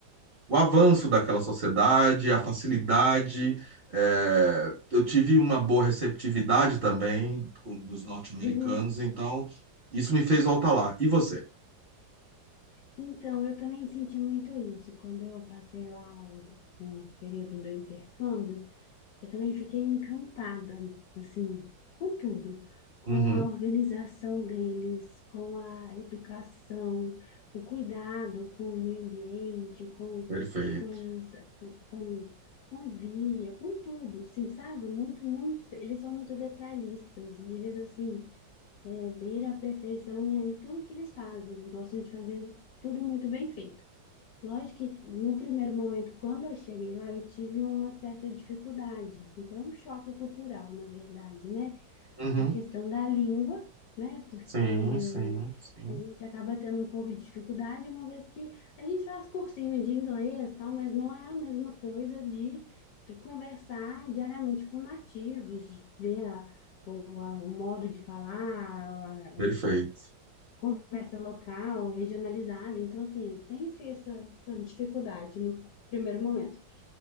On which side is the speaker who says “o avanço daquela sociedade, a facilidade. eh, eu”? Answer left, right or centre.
Right